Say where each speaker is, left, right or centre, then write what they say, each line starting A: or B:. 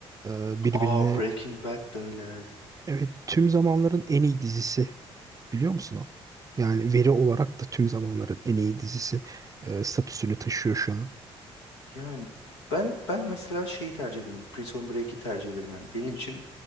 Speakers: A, on the right; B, on the left.
A: e, birbirine
B: Aa Breaking Bad de öyle. evet.
A: evet tüm zamanların en iyi dizisi biliyor musun o? Yani veri olarak da tüm zamanların en iyi dizisi e, statüsünü taşıyor şu an.
B: Yani ben ben mesela şeyi tercih ederim. Prison Break'i tercih ederim yani. Benim için